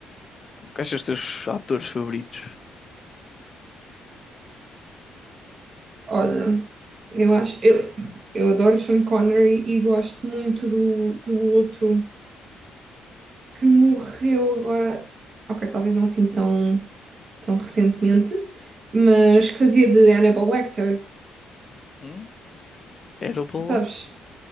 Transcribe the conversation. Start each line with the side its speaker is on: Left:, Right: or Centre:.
Left: quais são os teus atores favoritos?
Right: Olha, eu acho, eu, eu adoro Sean Connery e gosto muito do, do outro que morreu agora, ok, talvez não assim tão, tão recentemente, mas que fazia de Hannibal Lecter,
Left: Hum? Hannibal?
Right: sabes?